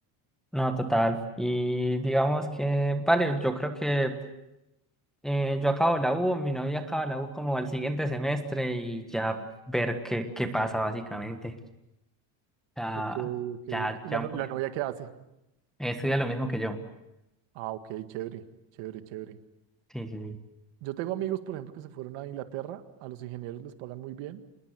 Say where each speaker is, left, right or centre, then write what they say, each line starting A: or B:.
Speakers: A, in the centre; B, on the right.
A: no, total. Y digamos que, vale, yo creo que Eh, yo acabo la U, mi novia acaba la U como al siguiente semestre y ya ver qué, qué pasa básicamente. Ya,
B: Ok, ok,
A: ya,
B: ok. ¿Y
A: ya
B: la,
A: un
B: no-
A: poquito.
B: la novia qué hace?
A: Estudia lo mismo que yo.
B: Ah, ok, chévere, chévere, chévere.
A: Sí, sí, sí.
B: Yo tengo amigos, por ejemplo, que se fueron a Inglaterra, a los ingenieros les pagan muy bien